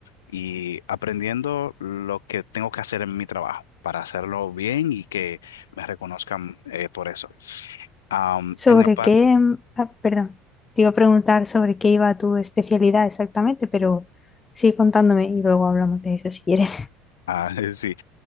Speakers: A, on the left; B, on the left.
A: y aprendiendo lo que tengo que hacer en mi trabajo para hacerlo bien y que me reconozcan eh, por eso. Am,
B: ¿Sobre
A: en la parte,
B: qué? mm, ah, perdón, te iba a preguntar sobre qué iba tu especialidad exactamente, pero sigue contándome y luego hablamos de eso si quieres. <laughs>
A: ah, <laughs> sí.